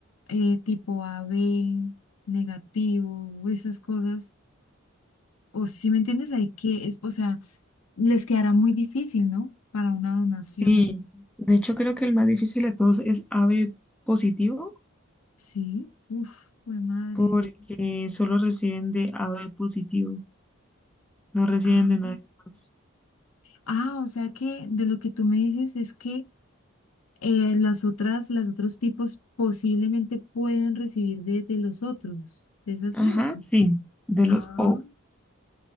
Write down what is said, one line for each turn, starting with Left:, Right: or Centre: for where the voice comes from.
Left: eh, tipo A B negativo, esas cosas. O si me entiendes, hay que, es, o sea, les quedará muy difícil, ¿no? Para una donación.
Centre: Sí, de hecho creo que el más difícil de todos es AB positivo
Left: Sí, uf, fue madre.
Centre: porque solo reciben de AB positivo, no reciben
Left: Ah.
Centre: de nadie más.
Left: Ah, o sea que de lo que tú me dices es que eh, las otras, los otros tipos posiblemente pueden recibir de, de los otros. ¿Es así?
Centre: Ajá,
Left: o-
Centre: sí, de
Left: Ah.
Centre: los O.